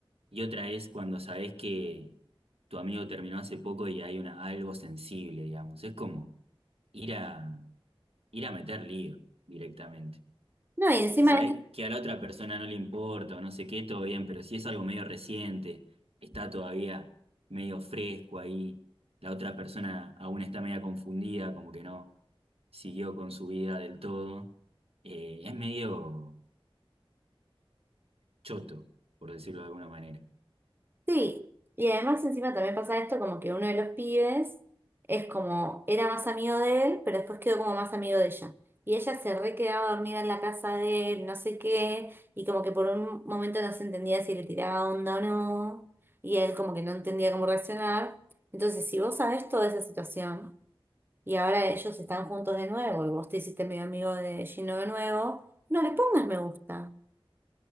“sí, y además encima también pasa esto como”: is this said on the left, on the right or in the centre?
Right